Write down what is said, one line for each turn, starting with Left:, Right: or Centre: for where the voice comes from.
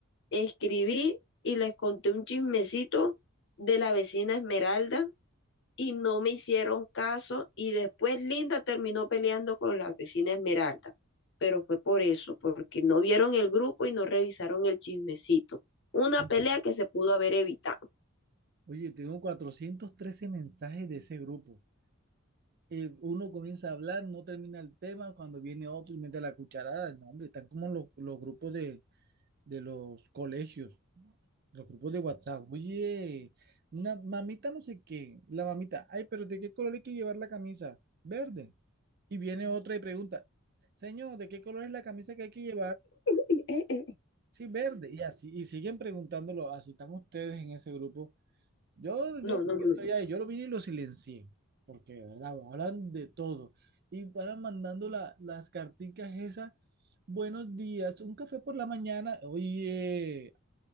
Left: escribí y les conté un chismecito de la vecina Esmeralda y no me hicieron caso y después Linda terminó peleando con la vecina Esmeralda, pero fue por eso, porque no vieron el grupo y no revisaron el chismecito. Una
Right: <laughs>
Left: pelea que se pudo haber evitado.
Right: Oye, tengo 413 mensajes de ese grupo. Eh, uno comienza a hablar, no termina el tema, cuando viene otro y mete la cucharada. No, hombre, están como los, los grupos de, de los colegios, los grupos de WhatsApp. Oye, una mamita no sé qué, la mamita, ay, pero ¿de qué color hay que llevar la camisa? Verde. Y viene otra y pregunta, señor, ¿de qué color es la camisa que hay que llevar?
Left: <laughs>
Right: Sí, verde. Y así, y siguen preguntándolo, así están ustedes en ese grupo. Yo,
Left: No,
Right: yo
Left: no,
Right: porque
Left: no.
Right: estoy ahí, yo lo vine y lo silencié, porque de verdad, hablan de todo. Y van mandando la- las carticas esas, buenos días, un café por la mañana. Oye,